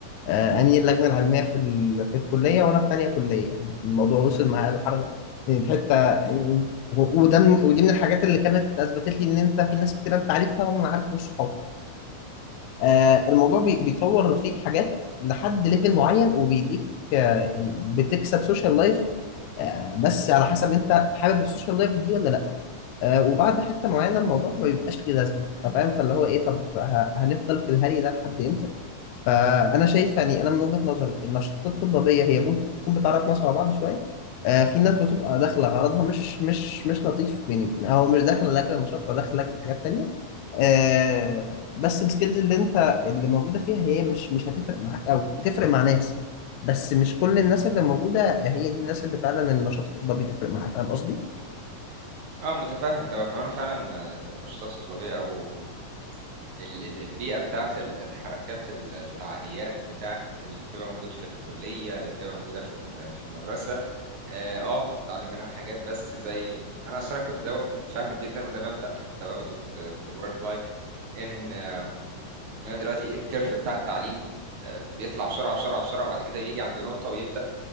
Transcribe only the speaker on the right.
اه متفهم دوت ما انا فعلا آه، النشاطات الطلابية او ال- ال- البيئة بتاعت ال- الحركات ال- الفعاليات بتاعت اللي بتبقى موجود في الكلية اللي بتبقى موجودة في ال- في المدرسة اه آه، بتتعلم منها حاجات بس زي انا اصلا كنت دوت فاهمه جدا وده مبدأ حتى واخده في في الورك لايف ان آه، انا دلوقتي الكيرف بتاع التعليم آه، بيطلع بسرعة بسرعة بسرعة بعد كده بيجي عند نقطة ويبدأ